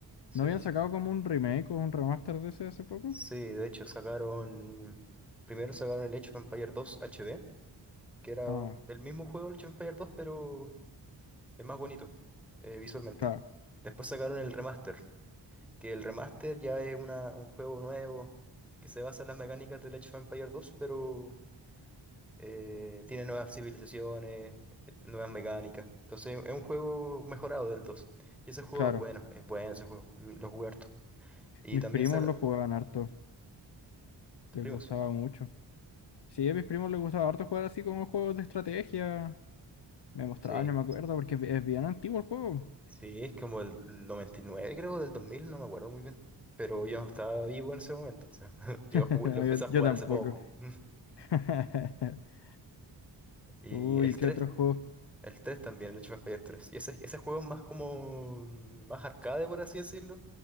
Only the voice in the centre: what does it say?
Sí.
Sí, de hecho, sacaron. Primero sacaron el Age of Empires 2 HD, que era
el mismo juego, el Age of Empires dos, pero es más bonito eh, visualmente.
Después sacaron el remaster, que el remaster ya es una, un juego nuevo que se basa en las mecánicas del Age of Empires dos, pero eh, tiene nuevas civilizaciones, eh, nuevas mecánicas. Entonces es un juego mejorado del dos Y ese juego
es bueno, es bueno ese juego, mm, lo jugué harto. Y
también
saca
tus
primos.
Sí,
sí, es como el 99 creo, del 2000, no me acuerdo muy bien. Pero yo no estaba vivo en ese momento, o sea, <laughs> yo
jugué-
lo empecé a jugar
hace poco. <laughs>
Y
el
3,
el 3 también, el Age of Empires tres Y ese, ese juego es más como, mm, más arcade, por así decirlo.